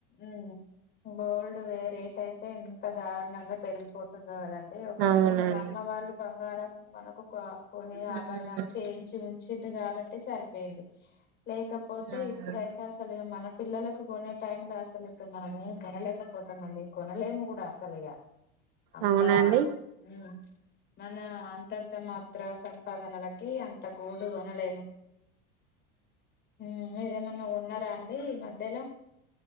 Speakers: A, on the left; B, on the right.
A: ఉమ్ గోల్డ్ వే రేట్ అయితే ఇంత దారుణంగా పెరిగిపోతుందో కదం డి ఒకప్పుడు
B: అవునండి
A: మన అమ్మ వాళ్ళు బంగారం మనకు ఒకా కొన్ని
B: ఉమ్
A: ఆభరణాలు చేయించి ఉ వచ్చిడు కాబట్టి సరిపోయింది లేకపోతే
B: అవును
A: ఇప్పుడైతే అసలు మన పిల్లలకు కొనే టై లో అసలు ఇప్పుడు మనం ఏము కొనలేకపోతాంమండి కొనలేము కూడా అసలు ఇక అంతా
B: అవునండి
A: ఉమ్ మన అంతర్ధ మాత్ర సంపాదనలకి అంత గోడు కొనలేము ఉమ్ మెరు ఎమయినా కోన్ ఉన్నారా అండి ఈ మధ్యలో